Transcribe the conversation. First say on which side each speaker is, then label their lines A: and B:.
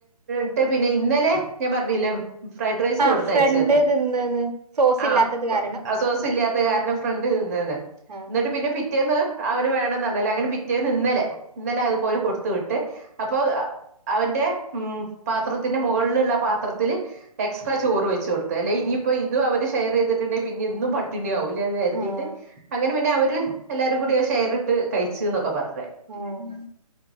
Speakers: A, on the right; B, on the right.
A: ട്ടെ പിന്നെ ഇന്നലെ ഞാൻ പറഞ്ഞില്ലോ ഫ്രൈഡ് റൈസ്
B: ആഹ്
A: കൊടുത്തയച്ചന്നെ
B: ഫ്രണ്ട് തിന്ന്ന്ന് സോസ്
A: ആ
B: ഇല്ലാത്തത് കാരണം
A: സോസ് ഇല്ലാത ണ്ട് കാരണം ഫ്രണ്ട് തിന്ന്ന്ന്
B: ആഹ്
A: എന്നിട്ട് പിന്നെ പിറ്റേന്ന് അവന് വേണംന്ന് പറഞ്ഞല്ലേ അങ്ങനെ പിറ്റേന്ന് ഇന്നലെ ഇന്നലെ അതുപലെ
B: ആഹ്
A: കൊടു ത്തുവിട്ട് ട്ട് അപ്പോ അവന്റെ ഉം പാത്രത്തിന്റെ മുകളിലുള്ള പാത്രത്തില് എക്സ് പ്പാചോറ് വെച്ച് കൊടുത്തേല്ലേ ഇനിയിപ്പോ ഇത് അവര് ഷെയർ ചെയ്ട്ടുണ്ടെല് പിന്നെ ഇന്നും പട്ടിണിയാവൂലെന്ന് കരുതിയിട്ട്
B: ആഹ്
A: അങ്ങനെ പിന്നെ അവർ ത്ത് എല്ലാരും കൂടി ഷെയറിട്ട് കഴിച്ചിന്നൊക്കെ പറഞ്ഞു
B: ങേ